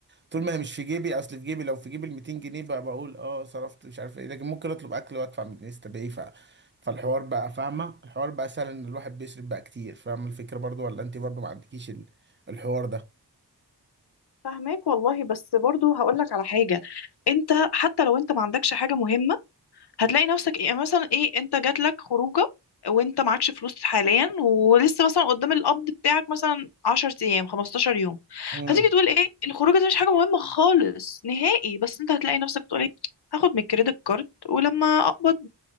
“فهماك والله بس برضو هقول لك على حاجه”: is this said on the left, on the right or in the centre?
Left